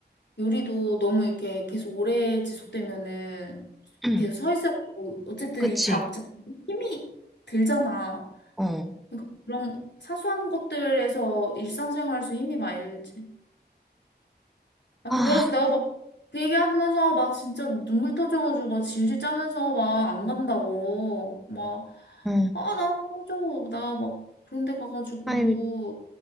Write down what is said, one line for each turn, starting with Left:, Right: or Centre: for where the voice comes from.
Left: 요리도 너무 이렇게 계속 오래 지속되면은
Centre: 응,
Left: 계속 서 있어야 되고 어쨌든
Centre: 그치.
Left: 이 작업 자체 힘이 들잖아.
Centre: 어.
Left: 그러니까 그런 사소한 것들에서 일상생활에서 힘이 많이 들지. 아무튼
Centre: 아,
Left: 그래가지고 내가 막 그 얘기하면서 막 진짜 눈물 터져가지고 막 질질 짜면서 막 안 간다고 막
Centre: 어.
Left: 아나 저거 나막 그런 데 가가지고
Centre: 아니,